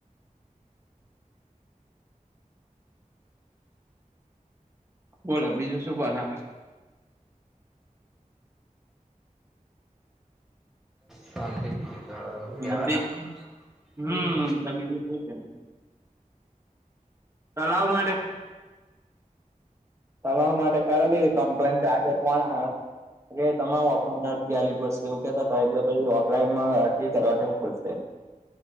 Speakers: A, on the right (about 20°); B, in the centre.
A: બોલો બીજું શું કો <unintelligible>
B: શંતથી બીજું તો હવે હું કેવાના
A: શાંતિ હમ
B: હમ્મ.
A: <unintelligible> <unintelligible> માટે તળાવ માટે કરેલી કમ્પ્લેનાગે આજે ફોન <unintelligible> એ તમારે ઓફલાઈન અરજી આવી પડશે એવું કેતા હતા એટલે ઓફલાઈનમાં અરજી કરવા જવું પડશે. <inaudible>